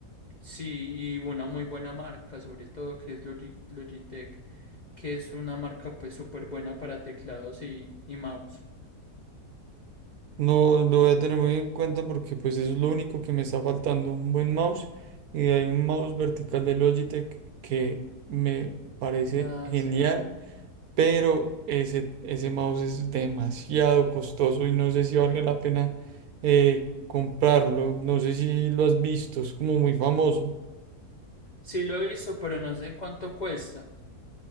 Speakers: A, on the left; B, on the right.
A: Sí, y una muy buena marca, sobre todo que es Logi- Logitech, que es una marca pues súper buena para teclados y, y mouse.
B: no lo voy a tener muy en cuenta porque pues es lo único que me está faltando, un buen mouse. Y hay un mouse vertical de Logitech que me parece
A: Ah,
B: genial
A: sí lo,
B: pero ese, ese mouse es demasiado costoso y no sé si valga la pena eh, comprarlo. No sé si lo has visto, es como muy famoso.
A: sí lo he visto, pero no sé cuánto cuesta.